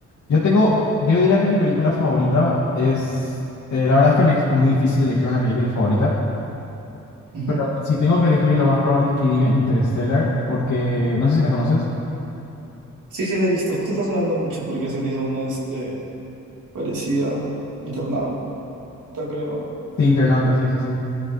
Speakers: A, on the left (about 70°); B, on the right (about 85°).
A: Yo tengo, yo diría que mi película favorita es, eh, la verdad es que me es muy difícil elegir una película favorita.
B: Ujú.
A: Pero Si tengo que elegir, lo más probable es que diga Interstellar, porque, no sé si la conoces.
B: Sí, sí la he visto. Justo está sonando mucho porque ha salido una, este, parecida, Internauta, creo.
A: Sí, Internauta, sí, sí, sí.